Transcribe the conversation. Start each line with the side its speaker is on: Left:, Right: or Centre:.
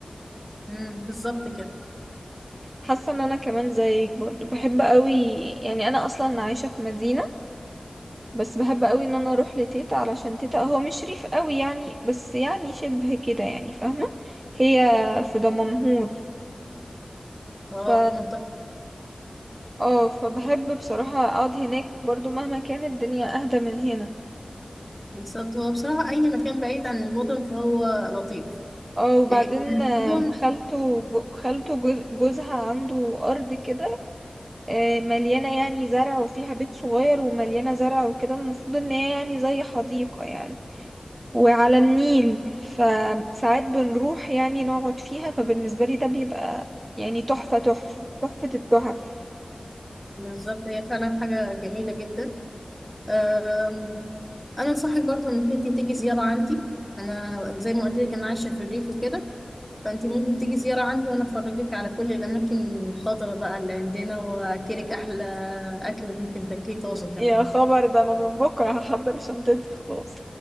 Centre: مم. بالظبط كده
Right: حاسه ان انا كمان زيك برضو بحب قوي يعني انا اصلا عايشه في مدينه بس بحب قوي ان انا اروح لتيتا علشان تيتا هو مش ريف قوي يعني بس يعني شبه كده يعني فاهمه هي في دمنهور
Centre: اه
Right: ف
Centre: منطقة
Right: اه فبحب بصراحه اقعد هناك برضو مهما كانت الدنيا اهدى من هنا
Centre: بالظبط هو بصراحة أي مكان بعيد عن المدن فهو لطيف
Right: اه وبعدين
Centre: لأن
Right: آم،
Centre: المدن
Right: خالته جو- خالته جوز- جوزها عنده ارض كده آه، مليانه يعني زرع وفيها بيت صغير ومليانه زرع وكده المفروض ان هي يعني زي حديقه يعني وعلى النيل فساعات بنروح يعني نقعد فيها فبالنسبة لي ده بيبقى يعني تحفة تحفة تحفة التحف
Centre: بالظبط هي فعلا حاجة جميلة جدا أم، انا انصحك برضو انك انت تيجي زياره عندي انا زي ما قلت لك انا عايشه في الريف وكده فانت ممكن تيجي زياره عندي وانا افرجك على كل الاماكن الخضراء بقى اللي عندنا واكلك احلى اكل ممكن تاكليه طازه كمان
Right: يا خبر ده انا من بكره هحضر شنطتي خلاص